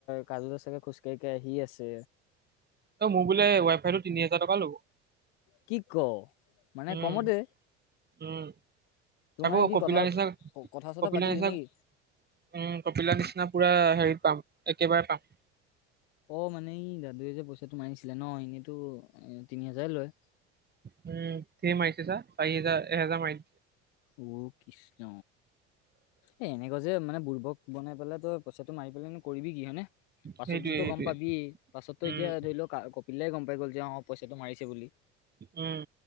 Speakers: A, on the left; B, on the right.
A: কাজুদা চাগে খোজকাঢ়ি কাঢ়ি আহি আছে
B: এই মোৰ বোলে ৱাই ফাইটো তিনি হাজাৰ টকা ল'ব
A: কি ক মানে
B: উম
A: কমতে
B: উম
A: তোৰ
B: থাকো
A: মানে কি
B: কপিলা
A: কথা
B: নিচিনা
A: কথা চথা
B: কপিলা
A: পাতিলি
B: নিচিনা
A: নেকি
B: উম কপিলা নিচিনা পুৰা হেৰিত পাম একেবাৰে পাম
A: অ মানে ই দাদুৱে যে পইচাটো মাৰিছিলে ন এনেইতো তিনি হাজাৰে লয়
B: উম ধেৰ মাৰিছে চা চাৰি হাজাৰ এহাজাৰ মাৰিল
A: অ কৃষ্ণ এ এনেকোৱা যে মানে বুৰ্বক বনাই পেলাই তই পইচাটো মাৰি পেলায়নো কৰিবি কি হয় নে পাছতোতো
B: সেইটোৱে সেইটোৱে
A: গম পাবিয়ে পাছতো
B: উম
A: এতিয়া ধৰি লওক কপিলদাই গম পাই গ'ল যে অ পইচাটো মাৰিছে বুলি
B: উম